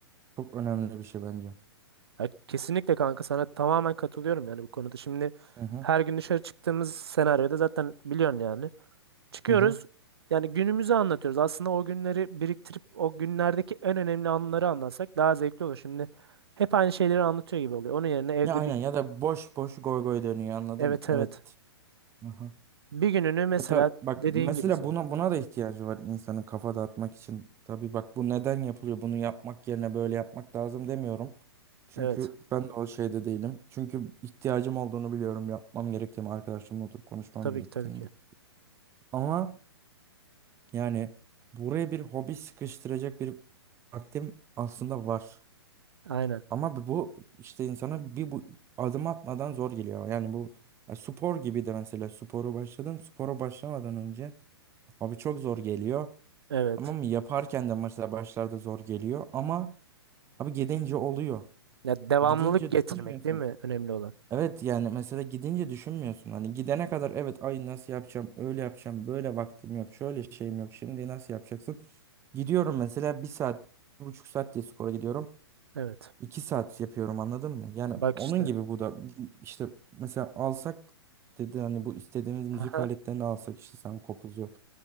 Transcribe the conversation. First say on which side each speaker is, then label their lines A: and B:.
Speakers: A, on the right; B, on the right.
A: Çok önemli bir şey bence.
B: e, kesinlikle kanka sana tamamen katılıyorum yani bu konuda. Şimdi
A: Hı hı.
B: her gün dışarı çıktığımız senaryoda zaten biliyorsun yani. Çıkıyoruz
A: Hı hı.
B: yani günümüzü anlatıyoruz. Aslında o günleri biriktirip o günlerdeki en önemli anları anlatsak daha zevkli olur. Şimdi hep aynı şeyleri anlatıyor gibi oluyor. Onun yerine evde
A: Ya aynen
B: bir
A: ya da boş boş goy goy dönüyor anladım.
B: evet evet.
A: Evet. Aha.
B: Bir gününü mesela
A: Ya tab- bak
B: dediğin
A: mesela
B: gibi senin.
A: buna buna da ihtiyacı var insanın kafa dağıtmak için. Tabii bak bu neden yapılıyor? Bunu yapmak yerine böyle yapmak lazım demiyorum. Çünkü
B: Evet.
A: ben de o şeyde değilim. Çünkü ihtiyacım olduğunu biliyorum. Yapmam gerektiğini, arkadaşlarımla oturup konuşmam
B: Tabii
A: gerektiğini.
B: ki tabii ki.
A: Ama yani buraya bir hobi sıkıştıracak bir vaktim aslında var.
B: Aynen.
A: Ama bu işte insana bir bu adım atmadan zor geliyor. Yani bu ya spor gibi de mesela sporu başladım. Spora başlamadan önce Abi çok zor geliyor.
B: Evet.
A: Tamam mı? Yaparken de mesela başlarda zor geliyor ama abi gidince oluyor.
B: Ya devamlılık
A: Gidince
B: getirmek
A: düşünmüyorsun.
B: değil mi önemli olan?
A: Evet yani mesela gidince düşünmüyorsun. Hani gidene kadar evet ay nasıl yapacağım, öyle yapacağım, böyle vaktim yok, şöyle şeyim yok. Şimdi nasıl yapacaksın? Gidiyorum mesela bir saat, bir buçuk saat diye spora gidiyorum.
B: Evet.
A: İki saat yapıyorum anladın mı? Yani
B: Bak
A: onun
B: işte.
A: gibi bu da işte mesela alsak dedi hani bu istediğimiz müzik
B: <laughs>
A: aletlerini alsak işte sen kopuzu